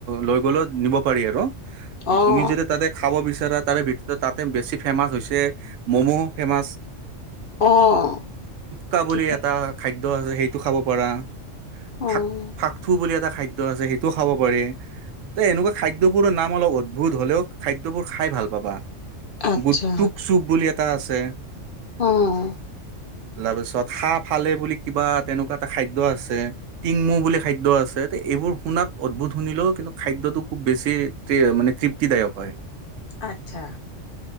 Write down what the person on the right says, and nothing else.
লৈ গ'লেও নিব পাৰি আৰু
তুমি যদি তাতে খাব বিচাৰা তাৰে ভিতৰত তাতে বেছি ফেমাছ হৈছে ম'ম'ও ফেমাচ।
কা বুলি
এটা খাদ্য আছে সেইটো খাব পাৰা
ফা-ফাকু বুলি এটা খা খাদ্য আছে সেইটোও খাব পাৰি। ত, এনেকুৱা খাদ্যবোৰৰ নাম অলপ অদ্ভুত হলেও খাদ্যবোৰ খাই ভাল পাবা।
গুটটুক চুপ বুলি এটা আছে
তাৰপিছত হাহ ফালে বুলি কিবা তেনেকুৱা এটা খাদ্য আছে টিংমৌ বুলি খাদ্য আছে এইবোৰ শুনাত অদ্ভুত শুনিলেও কিন্তু খাদ্যটো খুব বেছি মানে তৃপ্তিদায়ক হয়